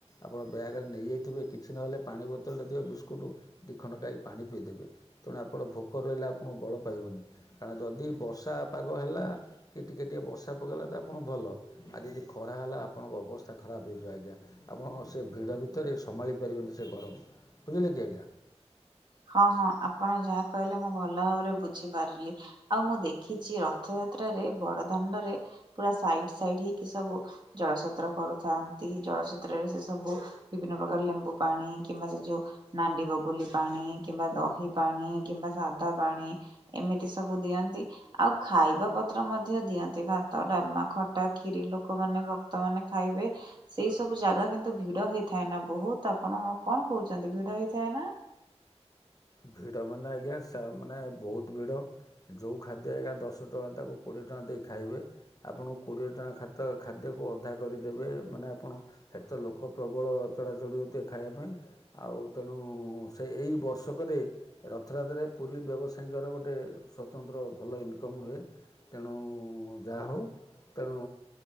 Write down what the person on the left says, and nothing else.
ଆପଣ ବ୍ୟାଗରେେ ନେଇଯାଇଥିବେ କିଛି ନହେଲେ ପାଣି ବୋତଲ ରେ ଥିବା ବିସ୍କୁଟ୍ ଦି ଖଣ୍ଡ ଖାଇକି ପାଣି ପିଇଦେବେ ତେଣୁ ଆପଣ ଭୋକରେ ରହିଲେ ଆପଣଙ୍କୁ ବଳ ପାଇବନି। କାରଣ ଯଦି ବର୍ଷା ପାଗ ହେଲା କି ଟିକେ ଟିକେ ବର୍ଷା ପକାଇଲା ତ ଆପଣ ଭଲ। ଆଉ ଯଦି ଖରା ହେଲା ଆପଣଙ୍କ ଅବସ୍ଥା ଖରାପ ହେଇଯିବ ଆଜ୍ଞା ଆପଣ ସେ ଭିଡ଼ ଭିତରେ ସମ୍ଭାଳି ପାରିବେନି ସେ ଗରମ। ବୁଝିଲେକି ଆଜ୍ଞା।
ଭିଡ଼ ମାନେ ଆଜ୍ଞା ମାନେ ବହୁତ ଭିଡ଼। ଯେଉଁ ଖାଦ୍ୟ ଆଜ୍ଞା ଦଶ ଟଙ୍କା ତାକୁ କୋଡ଼ିଏ ଟଙ୍କା ଦେଇ ଖାଇବେ ଆପଣ କୋଡ଼ିଏ ଟଙ୍କା ଖାଦ୍ୟକୁ ଅଧା କରିଦେବେ। ମାନେ ଆପଣ ସେଠି ତ ଲୋକ ପ୍ରବଳ ଚଢ଼ା ଚଢ଼ି ହଉଥିବେ ଖାଇବା ପାଇଁ ଆଉ ତେଣୁ ସେ ଏଇ ବର୍ଷ ବର୍ଷକରେ ରଥରାତ୍ରରେ ପୁରୀ ବ୍ୟବସାୟୀଙ୍କର ଗୋଟେ ସ୍ୱତନ୍ତ୍ର ଭଲ ଇନକମ୍ ହୁଏ। ତେଣୁ ଯାହା ହେଉ ତେଣୁ